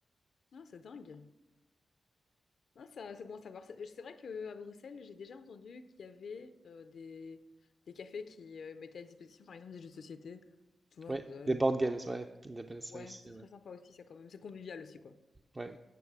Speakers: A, on the left; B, on the right.
A: Ah, c'est dingue. Ah, ça, c'est bon à savoir. C'est c'est vrai qu'à Bruxelles, j'ai déjà entendu qu'il y avait euh, des, des cafés qui euh, mettaient à disposition, par exemple, des jeux de société. Tu vois,
B: Oui,
A: euh,
B: des board games, ouais, ils appellent ça
A: ouais,
B: ici,
A: c'est
B: ouais.
A: très sympa aussi, ça quand même. C'est convivial aussi, quoi.
B: Ouais,